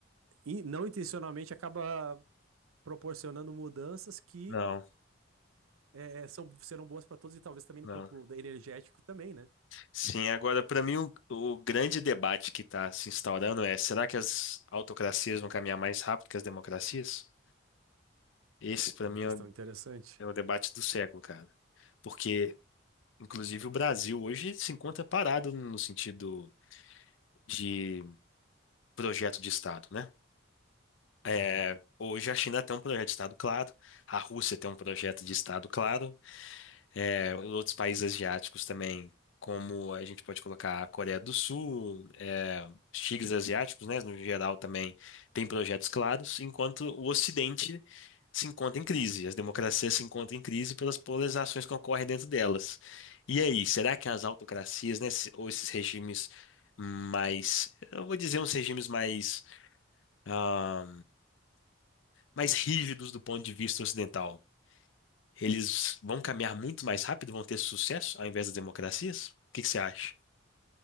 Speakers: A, on the right; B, on the left.
A: in- não intencionalmente, acaba proporcionando mudanças que
B: Não,
A: é, são, serão boas para todos e talvez também no
B: não.
A: campo da- energético também, né?
B: Sim, agora para mim o, o grande debate que está se instaurando é: será que as autocracias vão caminhar mais rápido que as democracias? Esse para
A: É uma
B: mim
A: questão
B: é o,
A: interessante.
B: é o debate do século, cara. Porque, inclusive, o Brasil hoje se encontra parado no sentido de projeto de Estado, né?
A: Uhum.
B: É, Hoje a China tem um projeto de Estado claro, a Rússia tem um projeto de Estado claro, é, outros países asiáticos também, como a gente pode colocar a Coreia do Sul, é, os tigres asiáticos, né, no geral também tem projetos claros, enquanto o Ocidente se encontra em crise, as democracias se encontram em crise pelas polarizações que ocorrem dentro delas. E aí, será que as autocracias, né, se- ou esses regimes mais, eu vou dizer uns regimes mais, ah, mais rígidos do ponto de vista ocidental, eles vão caminhar muito mais rápido, vão ter sucesso ao invés das democracias? O que que você acha?